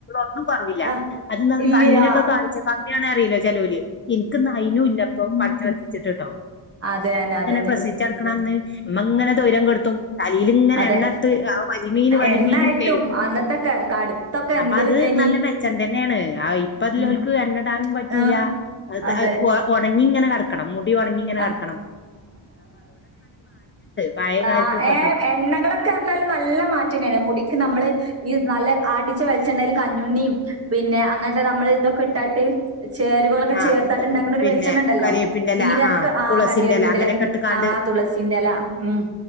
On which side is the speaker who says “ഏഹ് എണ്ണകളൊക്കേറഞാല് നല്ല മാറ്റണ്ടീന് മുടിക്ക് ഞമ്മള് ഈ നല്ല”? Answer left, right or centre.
Right